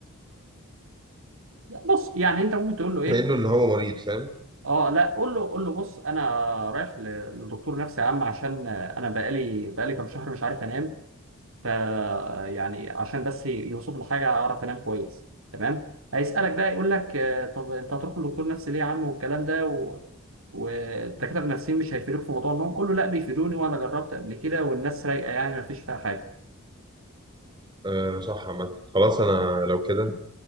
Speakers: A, on the right (about 75°); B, on the right (about 20°).
A: لا، بص يعني انت ممكن تقول له ايه
B: باين له إن هو مريض فاهم
A: اه لا قول له قول له بص انا رايح ل- لدكتور نفسي يا عم عشان انا بقالي بقالي كام شهر مش عارف انام ف يعني عشان بس يوصف لي حاجه اعرف انام كويس تمام هيسالك بقى يقول لك آه، طب انت هتروح لدكتور نفسي ليه يا عم والكلام ده و... والدكاتره النفسيين مش هيفيدوك في موضوع النوم قول له لا بيفيدوني وانا جربت قبل كده والناس رايقه يعني ما فيش فيها حاجه
B: أه صح عامة خلاص أنا لو كده